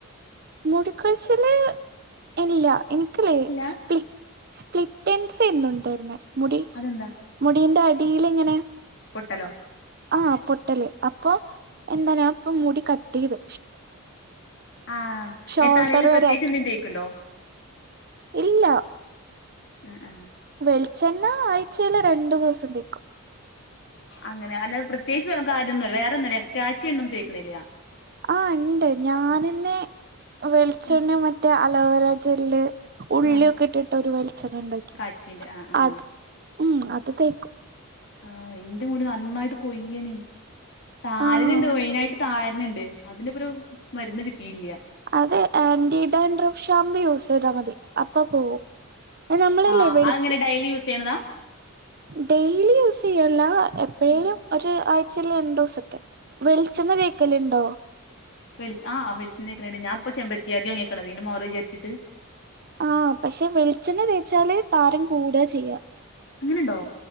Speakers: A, on the right (about 45°); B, on the left (about 55°).
A: മുടിക്കൊഴിച്ചില് ഇല്ല എനിക്കല്ലേ
B: ഇല്ല
A: സ്പ്ലി സ്പ്ലിറ്റൻസ്ന്നു ഉണ്ടായിരുന്നേ മുടി
B: അതെന്താ
A: മുടീന്റെ അടിൽ ഇങ്ങനെ
B: പൊട്ടലോ?
A: ആഹ പൊട്ടല് അപ്പൊ എന്ത ഇപ്പ മുടി കട്ട് ചെയ്ത്.
B: ആഹ
A: ഷോൾഡർ
B: എത്താലേൽ
A: വരെ
B: പ്രത്യേകിച്ച്
A: ആക്കി
B: എന്തെങ്കിതെക്ക്ണ്ടോ?
A: ഇല്ല.
B: ഉം ഉം
A: വെളിച്ചെണ്ണ ആഴ്ചയിലിൽ രണ്ടു ദിവസം തേക്കും.
B: അങ്ങനെ അല്ലാതെ പ്രത്യേകിച്ച് കാര്യൊന്നുംല്ല വേറെന്തല്ല കാച്ചിയഎണ്ണ ഒന്നും തെക്ക്ണില്ല.
A: ആ ഉണ്ട് ഞാനന്നെ വെളിച്ചെണ്ണ
B: ഉം.
A: മറ്റേ അലോവര ജെല്ല് ഉള്ളി
B: ആഹ്
A: ഒക്കെ ഇട്ടിട്ട് ഒരു വെളിച്ചെണ്ണ ഉണ്ടാക്കി
B: കാച്ചിണ്ട് ആഹ് ആഹ്
A: അത് ഉം അത് തേക്കും.
B: ആഹ എന്റെ മുടി നന്നായിട്ട് കൊയ്യണേ താരനുണ്ട്
A: ആഹ്
B: മെയിനായിട്ട് താരനുണ്ട്. അതിന് ഇപ്പരു മരുന്ന് കിട്ടിയില്ല.
A: അതെ ആന്റിഡാൻഡ്രഫ് ഷാമ്പൂ യൂസ് ചെയ്താൽ മതി അപ്പ പോവും. അത് നമ്മളല്ലേ
B: ആഹ
A: വെളിച്ച്
B: അതങ്ങനെ ഡെയിലി യൂസ് ചെയ്യണതാ.
A: ഡെയിലി യൂസ് ചെയ്യല്ല എപ്പോഴേലും
B: ഉം.
A: ഒരു ആഴ്ചൽ രണ്ടു ദിവസൊക്കെ വെളിച്ചണ്ണ തേക്കലുണ്ടോ?
B: വെളി ആ വെളിച്ചെണ്ണ തേക്കലണ്ട് ഞാ ഇപ്പോ ചെമ്പത്തിയാതി വാങ്ങിക്കണത് അതോണ്ട് മാറോ വിചരിച്ചട്ട്.
A: ആഹ പക്ഷെ വെളിച്ചെണ്ണ തേച്ചാല് താരം കൂടുക ചെയ്യുക.
B: അങ്ങനെണ്ടോ?